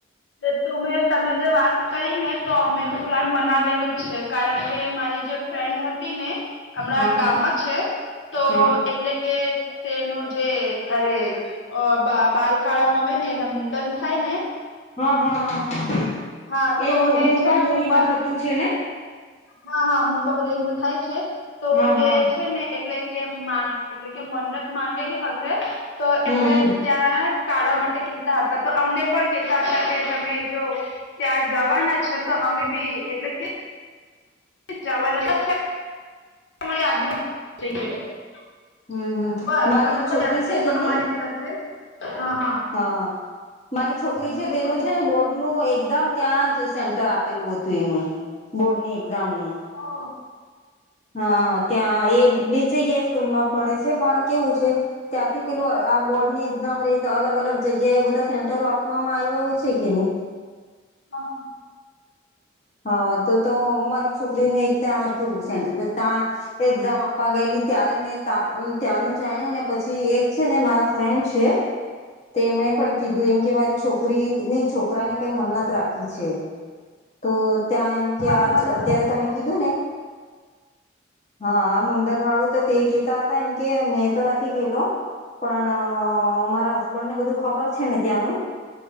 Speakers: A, on the left; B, on the left.
A: <unintelligible> તમે જે વાત કરી તો અમે તો પ્લાન બનાવેલું જ છે કારણ કે મારી જે. ફ્રેન્ડ હતીને હમણાં
B: હા હા
A: ગામમાં છે. તો
B: હા
A: એટલે કે. તેનું જે અરે અ બા બાલકાળામાં આવે. ને એના મુંડન થાય ને.
B: હા હા હા
A: હા
B: હ એ
A: તો
B: મુંબા
A: છે ને
B: દોહીમાં
A: મુંબઈ
B: થતું છે. ને?
A: હા હા મુંબા બધા એમ થાય છે. તો
B: હા હા
A: એ છે. ને એટલે. કે મા એટલે કે મન્નત માંગેલી હશે. તો
B: હમ
A: એટલે
B: હમ
A: ત્યાં કાળા માટે કેહેતા હતા. તો અમને પણ કેતા હતા. કે તમે જો ત્યાં જવાના છ તો અમે બી એટલે. જવાના તમારી આજુબાજુ દેખાય છે.
B: હમ હમ
A: બસ
B: મારી
A: તમે
B: એક
A: પણ
B: છોકરી છે કે
A: <unintelligible> અમારી
B: નહી
A: સાથે જ, હા હા
B: હા મારી છોકરી
A: બોલો
B: છે તેનો
A: બોલો
B: છે ને બોર્ડ નું એક્ઝામ ત્યાં જ સેન્ટર આપેલું હતું એનું બોર્ડની એક્ઝામનું
A: હ
B: હ ત્યાં એ બીજી ગે સ્કૂલમાં ભણે છે પણ કેવું છે. ત્યાંથી પેલું અ આ બોર્ડની ઈક્ઝામ રહી તો અલગ- અલગ જગ્યાએ બધા સેન્ટરો આપવામાં આયવા હોય છે કે ની
A: હા હા.
B: હા તો તો મારી છોકરીનું એક ત્યાં
A: હા
B: હતું સેન્ટર પર તા એક્ઝામ આપવા ગયેલી ત્યારે મેં તા ત્યાંનું જાણ્યું ને પછી એક છેને મારા ફ્રેન્ડ છે તેમણે પણ કીધું એમ કે મારી છોકરી નઈ છોકરાને કઈ મન્નત રાખી છે. તો ત્યાં એમકે આજ
A: મન્નત
B: અત્યારે તમે કીધું ને હા આ મુંડનવાળું તો તે કહેતા હતા એમ કે મેં તો નથી ગેલો પણ મારા હસબન્ડને બધું ખબર છે ને ત્યાંનું